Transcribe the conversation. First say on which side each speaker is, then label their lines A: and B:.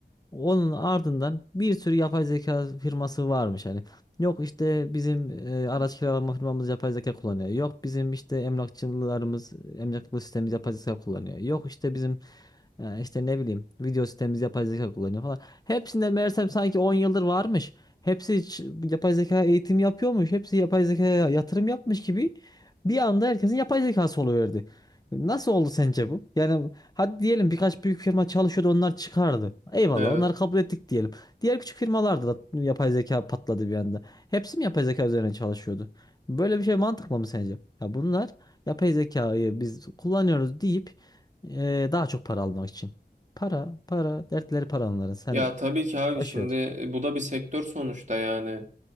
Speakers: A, on the left; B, on the right.
A: Onun ardından bir sürü yapay zeka firması varmış hani. Yok işte bizim e, araç kiralama firmamız yapay zeka kullanıyor. Yok bizim işte emlakçılarımız, emlaklı sistemimiz yapay zeka kullanıyor. Yok işte bizim e, işte ne bileyim video sistemimiz yapay zeka kullanıyor falan. Hepsinde meğersem sanki 10 yıldır varmış. Hepsi hiç yapay zeka eğitim yapıyormuş. Hepsi yapay zekaya yatırım yapmış gibi bir anda herkesin yapay zekası oluyordu. Nasıl oldu sence bu? Yani hadi diyelim birkaç büyük firma çalışıyordu onlar çıkardı. Eyvallah
B: Evet.
A: onları kabul ettik diyelim. Diğer küçük firmalarda da yapay zeka patladı bir anda. Hepsi mi yapay zeka üzerine çalışıyordu? Böyle bir şey mantıklı mı sence? Ya bunlar yapay zekayı biz kullanıyoruz deyip e, daha çok para almak için. Para, para, dertleri para onların. Sen
B: Ya tabii ki abi
A: boş
B: şimdi
A: ver.
B: e, bu da bir sektör sonuçta yani.